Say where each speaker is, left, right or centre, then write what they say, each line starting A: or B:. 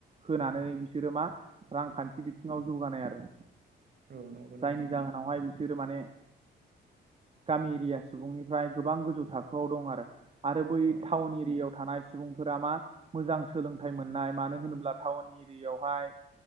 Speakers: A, on the right; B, on the right.
A: होनानै बिसोरो मा रांखान्थि बिथिङाव जौगानाय आरो
B: औ नंगौ नोंथां
A: जायनि जाहोनावहाय सिरो माने गामि एरिया सुबुंनि फ्राय गोबां गोजौ थाखोआव दं आरो आरो बै
B: औ
A: टाउन एरियाव थानाय सुबुंफोरा मा मोजां सोलोंथाइ मोननाय मानो होनोब्ला टाउन एरियावहाय